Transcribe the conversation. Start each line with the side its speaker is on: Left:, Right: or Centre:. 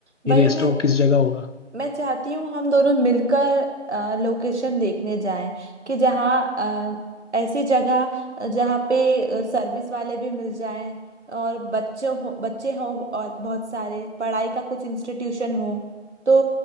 Right: वही
Left: ये रेस्टोरों
Right: मैं
Left: किस जगह होगा
Right: मैं चाहती हूँ हम दोनों मिलकर लोकेशन देखने जाएं कि जहाँ अ, ऐसी जगह अ, जहाँ पे सर्विस वाले भी मिल जाएं और बच्चों हो बच्चे हो और बहुत सारे पढ़ाई का कुछ इंस्टीट्यूशन हो तो